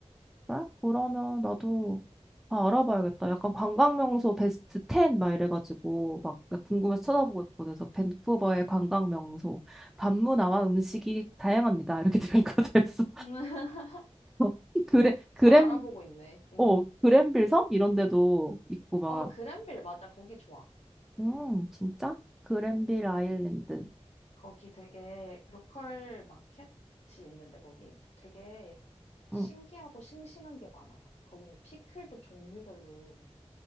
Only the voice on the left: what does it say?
응.
<laughs>
잘 알아보고 있네. 응.
어, 그랜빌 맞아. 거기 좋아.
거기
거기 되게 로컬 마켓이 있는데 거기 그 되게 신기하고
싱싱한 게 많아 막. 거기는 피클도 종류별로